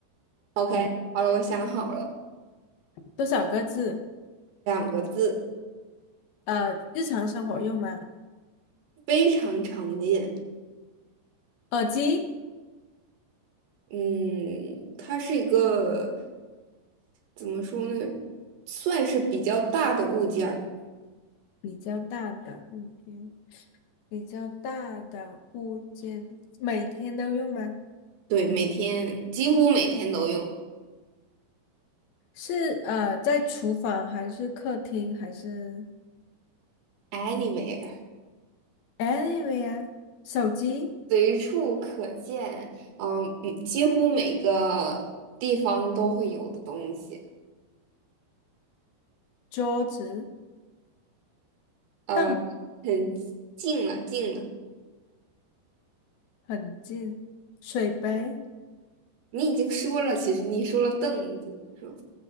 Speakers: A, on the right (about 75°); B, on the left (about 75°).
A: OK，
B: 嗯，
A: 好了，我想好了，
B: 多少个字？
A: 两个字，
B: 呃，日常生活用吗？
A: 非常常见。
B: 耳机，
A: 嗯，它是一个怎么说呢，算是比较大的物件儿，
B: 比较大的物件，比较大的物件，每天都用吗？
A: 对，每天几乎每天都用
B: 是呃，在厨房还是客厅还是
A: ，anywhere，
B: a n y w h e r e 手机、
A: 随处可见，嗯，嗯几乎每个地方都会有的东西，
B: 桌子、
A: 嗯，
B: 凳
A: 很近了，近了，
B: 很近，水杯，
A: 你已经说了，其实你说了凳子，是吧